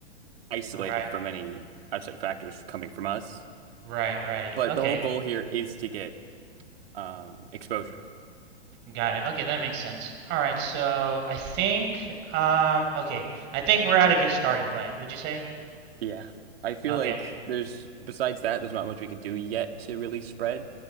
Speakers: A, on the right (about 60°); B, on the right (about 35°).
A: isolated
B: right,
A: from any outside factors coming from us.
B: right, right.
A: But
B: Okay,
A: the whole goal here is to get um, exposure.
B: got it. Okay, that makes sense. All right, so I think um, okay, I think we're at a good starting point. Would you say?
A: Yeah. I feel
B: Okay,
A: like there's, besides that, there's not much we can do yet to really spread.